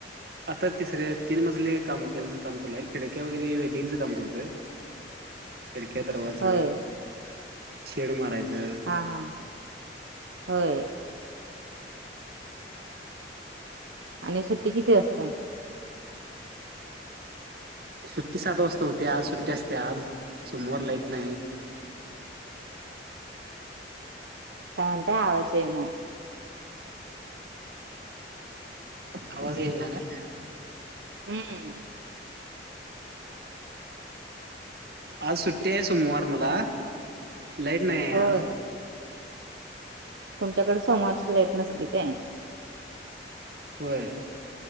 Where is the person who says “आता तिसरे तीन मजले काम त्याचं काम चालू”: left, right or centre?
Right